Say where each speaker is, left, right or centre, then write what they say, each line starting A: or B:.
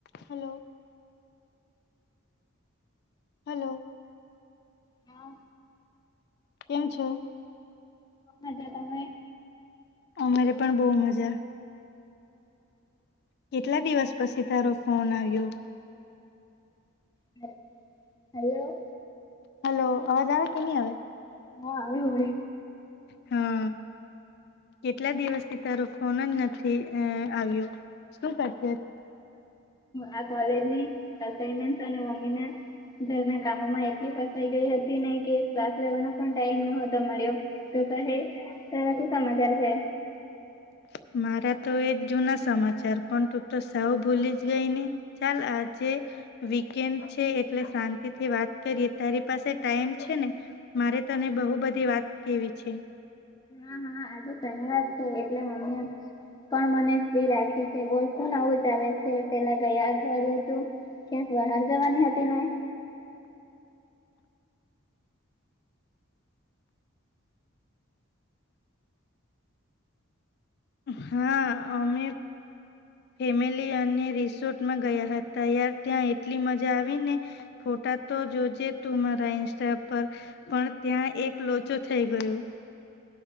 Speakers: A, on the left; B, on the left.
A: Hello hello
B: હા
A: કેમ છો
B: આ મજા તમે
A: અમારે પણ બહુ મજા કેટલા દિવસ પસી તારો ફોન આવ્યો
B: હ હલોો
A: હલો અવાજ આવે કે ની આવે
B: હ આવે હોવે
A: હા કેટલા દિવસથી તારો ફોન જ નથી અ આવ્યો શું કર
B: આ કોલેજની અસાયમેન્ટ અને મમ્મીને ઘરના કામોમાં એટલી ફસાઈ ગઈ હતી ને કે ક્લાસ લેવાનો પણ ટાઈમ નહોતો મળ્યો કહે તારા શું સમાચાર છે
A: <inaudible> મારા તો એ જૂના સમાચાર પણ તું તો સાવ ભૂલી જ ગઈ ને ચાલ આજે વીકેન્ડ છે એટલે શાંતિ થી વાત કરીએ તારી પાસે ટાઈમ છે ને મારે ત તને બહુ બધી વાત કેવી છે
B: હા હા આજે શનિવાર છે એટલે મમ્મી પણ મને ફ્રી રાખી છે બોલ શું નવું ચાલે છે પેલા ગયા અઠવાડિયે તું ક્યાંક બહાર જવાની હતી ને
A: <inaudible> હા અમે ફેમિલી અને રિસોર્ટમાં ગયા હતા યાર ત્યાં એટલી મજા આવી ને ફોટા તો જોજે તું મારા ઇન્સ્ટા પર પણ ત્યાં એક લોચો થઈ ગયો